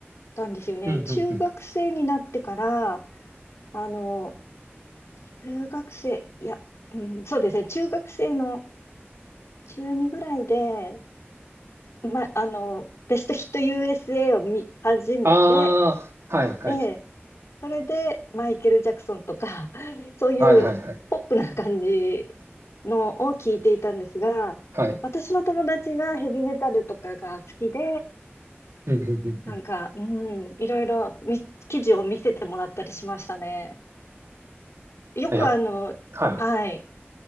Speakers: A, on the left; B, on the right.
A: たんですよね。
B: うん、うん、
A: 中学生になってから、
B: うん。
A: あの、中学生、いや、うん、そうですね、中学生の中2ぐらいで、ま、あの、ベストヒット USA を見始めて、
B: あー。はい、はい。
A: ええ、それでマイケル・ジャクソンとか、<laughs> そういうポップな感じ
B: はい、はい、はい。
A: のを聞いていたんですが、
B: はい。
A: 私の友達がヘビメタルとかが好きで、
B: うん、うん、うんうん。
A: なんか、うん、いろいろみ記事を見せてもらったりしましたね。よくあの、
B: あやっ、はい。
A: はい。